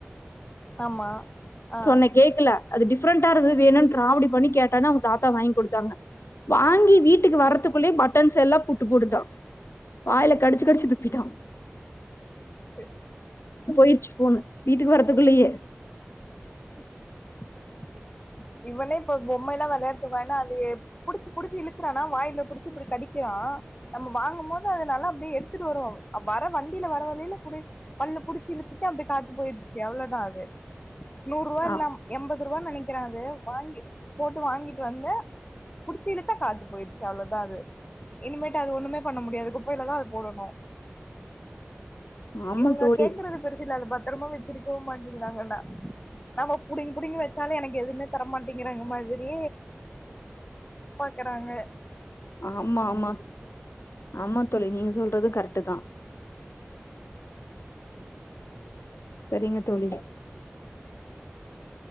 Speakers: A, on the left (about 30°); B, on the left (about 75°).
A: ஆமா ஆ
B: சொன்னே கேக்கல அது டிஃப்ரெண்டா இருக்கு வேணுன்னு ராவிடி பண்ணி கேட்டானு அவுங்க தாத்தா வாங்குடுத்தாங்க வாங்கி வீட்டுக்கு வரறதுக்குள்ளே பட்டன்ஸ்யெல்லா புட்டு போட்டுட்டா வாயில கடிச்சு கடிச்சு துப்பிட்டா
A: ட்டு
B: போயிருச்சு ஃபோன் வீட்டுக்கு வரறதுக்குள்லையே
A: <inaudible> இவனே இப்ப பொம்மைல்லா வெளாட்டுவான்னா அது புடிச்சி புடிச்சி இலுக்குறான்னா வாயில புடிச்சு இப்டி கடிக்கிறா நம்ம வாங்கு போது அது நல்லா அப்டியே எடுத்துட்டு வரு வர வண்டியில வர வழில கூட பல்லு புடிச்சு இலுதுட்டு அப்டி காத்து போயிருச்சு அவ்ளோதா அது நூறுவா இல்ல
B: ஆ
A: எண்பது ரூவானு நெனைக்கிற அது வாங்கி போட்டு வாங்கிட்டு வந்து புடிச்சி இழுத்தா காத்து போயிடுச்சு அவ்ளோதா அது இனிமேட் அது ஒன்னுமே பண்ண முடியாது குப்பைல தா அது போடணு
B: ஆமா
A: இவுங்க
B: தோழி
A: கேக்குறது பெருசுல்ல அது பத்திரமா வச்சீருக்கவு மாட்டீங்கீறாங்கன்னா நம்ம புடிங்கு புடிங்கு வச்சாலு எனக்கு எதுமே தரமாட்டேங்குறாங்க மாதிரி பாக்கறாங்க
B: ஆமா ஆமா ஆமா தோழி நீங்க சொல்றது கரெக்ட் தா சரிங்க தோழி